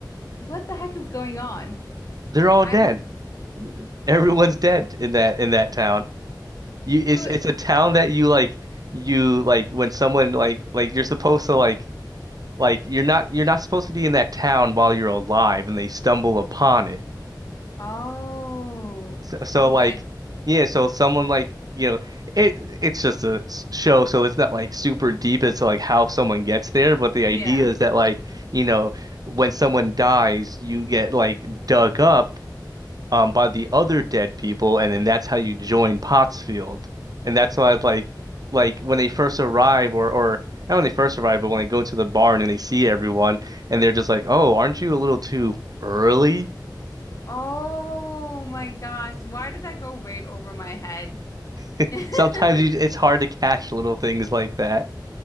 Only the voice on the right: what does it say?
They're all
dead. Everyone's dead in that in that town. You it's
it's a town that you like you like when someone like like you're supposed to like like you're not you're not supposed to be in that town while you're alive and they stumble upon it.
So, so
like yeah, so someone like you know it it's just a s- show so it's not like super deep as to like how someone gets there, but the
idea is that like you know when someone dies you get like dug up um, by the other dead people, and then that's how you join Pottsfield. And that's why like like when they first arrive or or not when they first arrive, but when they go to the barn and they see everyone and they're just like, "Oh, aren't you a little too early?"
<laughs>
Sometimes you, it's hard to catch little things like that.